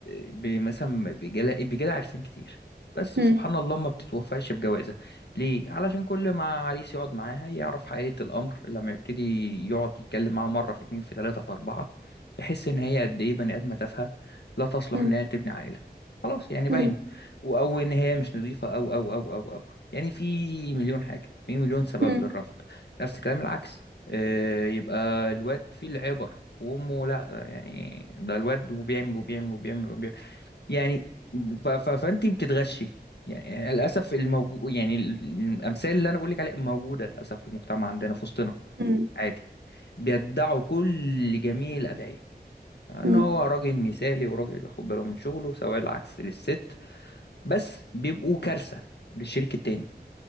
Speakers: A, on the left; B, on the right.
A: ب- مثلا بيجالها بيجالها عرسان كتير بس
B: مم.
A: سبحان الله ما بتتوفقش بجوازها ليه علشان كل ما عريس يقعد معاها يعرف حقيقه الامر لما يبتدي يقعد يتكلم معاها مره في اتنين في تلاته في اربعه يحس ان هي قد ايه بني ادمه تافهه لا تصلح
B: مم.
A: انها تبني عائله خلاص يعني باينه
B: مم.
A: و- او ان هي مش نظيفه او او او او او يعني في مليون حاجه في مليون سبب
B: مم.
A: للرفض نفس الكلام العكس آه، يبقى الواد فيه العبر وامه لا يعني ده الواد وبيعمل وبيعمل وبيعمل وبيعمل يعني ف- ف- فانت بتتغشي يعني للاسف الموجود يعني ال- الامثال اللي انا بقول لك عليها موجوده للاسف في المجتمع عندنا في وسطنا
B: مم.
A: عادي بيدعوا كل جميع الادعيه ان
B: مم.
A: هو راجل مثالي وراجل بياخد باله من شغله سواء العكس للست بس بيبقوا كارثه للشريك التاني